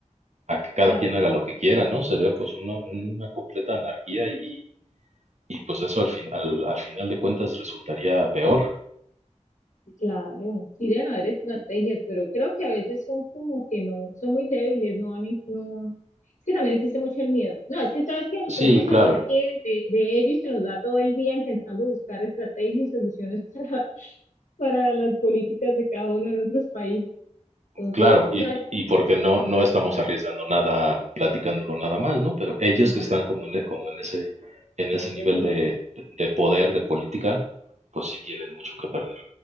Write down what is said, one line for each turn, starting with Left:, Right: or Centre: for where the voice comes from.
Right: a que cada
Left: sea,
Right: quien haga lo que quiera, ¿no? Sería pues una, una completa anarquía y, y pues eso al fin, al al final de cuentas resultaría peor.
Left: Claro, sí deben haber estrategias, pero creo que a veces son como que no, son muy débiles, no van, en- no, es que también existe mucho el miedo. No, es que sabes que nos ponemos
Right: Sí, claro.
Left: a hablar aquí de, de de ello y se nos da todo el día intentando buscar estrategias y soluciones <laughs> para, para las políticas de cada uno de nuestros países. Entonces,
Right: Claro, y,
Left: tal-
Right: y porque no, no estamos arriesgando nada, platicándolo nada más, ¿no? Pero ellos
Left: la,
Right: que están como en, e- como en ese, en ese
Left: en ese
Right: nivel
Left: entorno,
Right: de, de- de poder, de política, pues sí tienen mucho que perder.